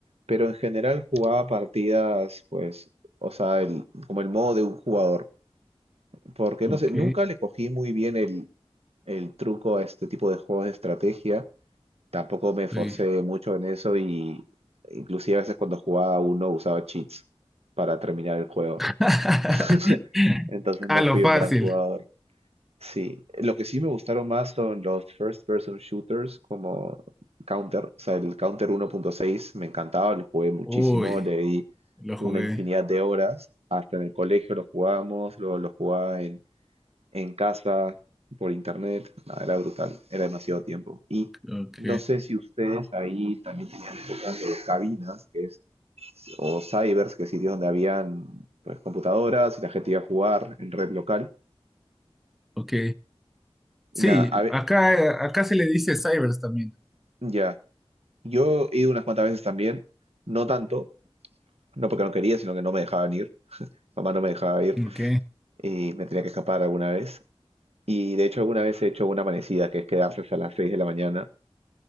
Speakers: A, on the right; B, in the centre.
A: pero en general jugaba partidas, pues, o sea, el- como el modo de un jugador. Porque
B: Ok,
A: no sé, nunca le cogí muy bien el, el truco a este tipo de juegos de estrategia. Tampoco me esforcé
B: sí.
A: mucho en eso y inclusive a veces cuando jugaba uno usaba cheats para terminar el juego.
B: <laughs>
A: <laughs> Entonces
B: A
A: no
B: lo
A: fui
B: fácil.
A: un gran jugador. Sí, lo que sí me gustaron más son los first person shooters como Counter, o sea, el Counter 1.6 me encantaba, lo jugué muchísimo,
B: Uy,
A: le di
B: lo
A: una
B: jugué.
A: infinidad de horas, hasta en el colegio lo jugábamos, luego lo jugaba en, en casa, por internet, nada, era brutal, era demasiado tiempo. Y
B: Ok,
A: no sé si ustedes ahí también tenían épocas de cabinas, que es, o cybers, que es sitio donde habían pues computadoras y la gente iba a jugar en red local.
B: ok.
A: Y
B: Sí,
A: nada, a ve-
B: acá, acá se le dice cybers también.
A: ya. Yo he ido unas cuantas veces también, no tanto, no porque no quería, sino que no me dejaban ir. Mamá no me dejaba ir
B: Ok,
A: y me tenía que escapar alguna vez. Y de hecho alguna vez he hecho una amanecida, que es quedarse hasta las 6 de la mañana